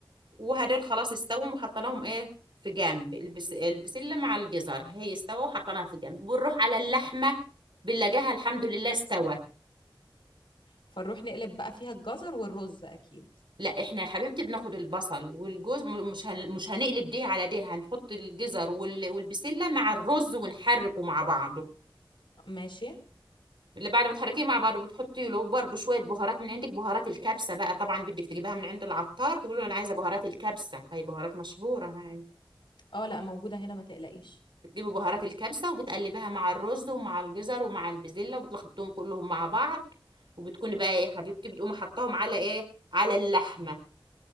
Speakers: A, on the right (about 65°); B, on the left (about 70°).
A: وهدول خلاص استوهم وحطيناهم ايه في جنب البس... البسله مع الجزر هي استوى وحطيناها في جنب بنروح على اللحمه بنلاقيها الحمد لله استوت
B: فنروح نقلب بقى فيها الجزر والرز اكيد
A: لا احنا يا حبيبتي بناخد البصل والجوز م- مش هن... مش هنقلب دي على دي هنحط الجزر وال... والبسله مع الرز ونحركه مع بعضه
B: ماشي
A: اللي بعد ما تحركيه مع بعضه بتحطي له برضه شويه بهارات من عندك بهارات الكبسه بقى طبعا بدك تجيبها من عند العطار تقول له انا عايزه بهارات الكبسه هي بهارات مشهوره هاي
B: اه لا موجوده هنا ما تقلقيش
A: بتجيبي بهارات الكبسه وبتقلبها مع الرز ومع الجزر ومع البسله وبتلخبطهم كلهم مع بعض وبتكوني بقى إيه يا حبيبتي بتقومي حطاهم على ايه على اللحمه